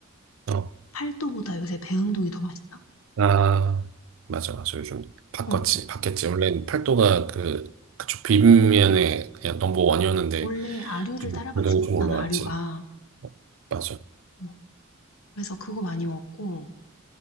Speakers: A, on the right (about 70°); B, on the left (about 85°).
A: 어.
B: 팔도보다 요새 배흥동이 더 맛있다.
A: 아, 맞아, 맞아. 요즘 바꿨지,
B: 어.
A: 바뀌었지. 원래는 팔도가 그, 그쪽 빗면에 그냥 넘버원이었는데,
B: 원래 아류를
A: 좀
B: 따라갈
A: 그래도
B: 수가
A: 좀
B: 없잖아,
A: 올라왔지.
B: 아류가.
A: 어, 맞아.
B: 어, 그래서 그거 많이 먹고